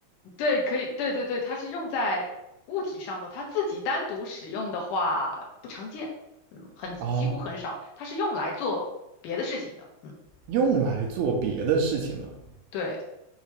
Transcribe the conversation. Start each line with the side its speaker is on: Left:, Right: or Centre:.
Left: 对，可以，对对对，它是用在物体上的，它自己单独使用的话不常见，嗯，很，
Right: 哦，
Left: 几乎很少，它是用来做别的事情的，嗯，
Right: 用来做别的事情的。
Left: 对，